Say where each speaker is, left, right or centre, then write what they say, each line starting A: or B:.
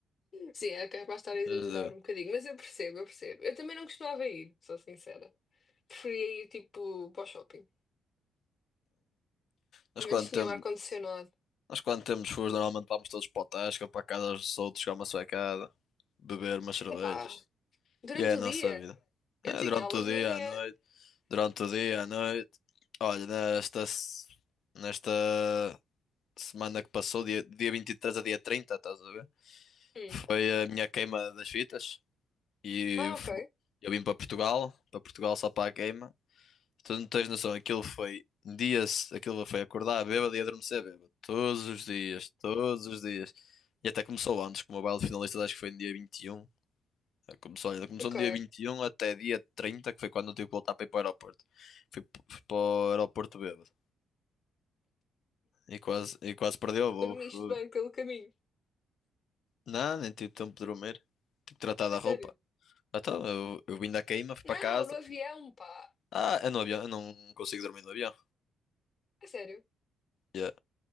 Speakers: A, on the left; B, on the left.
A: Sim, é capaz de estar a exagerar
B: Mas, eh,
A: um bocadinho, mas eu percebo, eu percebo. Eu também não costumava ir, sou sincera. Preferia ir tipo para o shopping.
B: Nós
A: Ao
B: quando
A: menos
B: temos,
A: tinha um ar-condicionado.
B: nós quando temos furos, normalmente vamos todos para o Tasca, para a casa dos outros, chegar uma suecada, beber umas cervejas.
A: Epá, durante
B: E é a nossa
A: o dia
B: vida.
A: eu
B: É,
A: tinha
B: durante
A: aulas
B: o dia,
A: de manhã.
B: à noite, durante o dia, à noite. Olha, nesta, se- nesta semana que passou, dia, dia 23 a dia 30, estás a ver?
A: Hum.
B: Foi a minha queima das fitas. E
A: Ah,
B: fo-
A: ok,
B: eu vim para Portugal, para Portugal só para a queima. Tu não tens noção, aquilo foi dias, aquilo foi acordar bêbado e adormecer bêbado. Todos os dias, todos os dias. E até começou antes, como o baile de finalistas acho que foi no dia 21. Começou, olha, começou
A: ok.
B: no dia 21 até dia 30 que foi quando eu tive que voltar para ir para o aeroporto. Fui, p- fui para o aeroporto bêbado. E quase, e quase perdeu o voo.
A: Dormiste
B: Fu-
A: bem pelo caminho.
B: Não, nem tive tempo de dormir. Tive que tratar da
A: A sério.
B: roupa. Então, eu, eu vim da queima, fui para
A: Não,
B: casa.
A: no avião, pá.
B: Ah, é no avião, eu não consigo dormir no avião.
A: A sério.
B: Yeah.